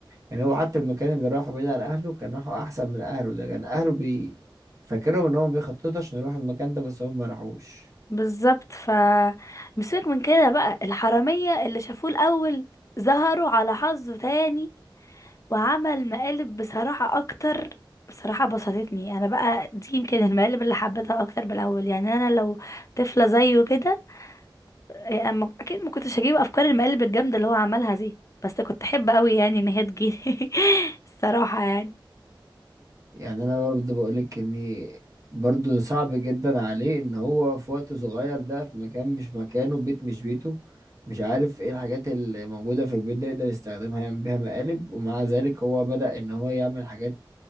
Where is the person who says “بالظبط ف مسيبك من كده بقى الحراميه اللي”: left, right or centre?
Left